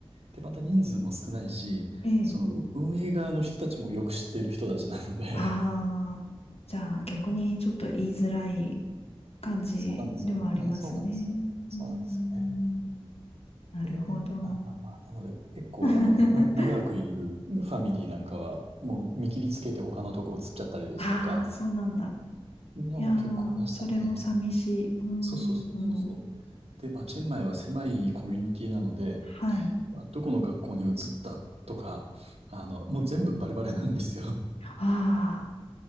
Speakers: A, on the right (about 80°); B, on the left (about 75°).
A: で、また人数も少ないし、
B: ええ。
A: その運営側の人たちもよく知っている人たちなので
B: ああ、じゃあ逆にちょっと言いづらい感じでもありますね。
A: そうなんですよ。な、そうなんですよ。そうなんですよね。
B: うーん、なるほど。
A: で、まあまあまあ、なので結構あの、
B: <laughs>
A: な、長くいるファミリーなんかは、もう見切りつけて他のとこ移っちゃったりですとか、
B: ああ、そうなんだ。
A: うのも結構いましたね。
B: いやー、それも寂しい。うーん、
A: そうそうそうそうそう。で、まあ、チェンマイは狭いコミュニティなので、
B: はい。
A: まあ、どこの学校に移ったとか、あの、もう全部バレバレなんですよ。
B: ああ、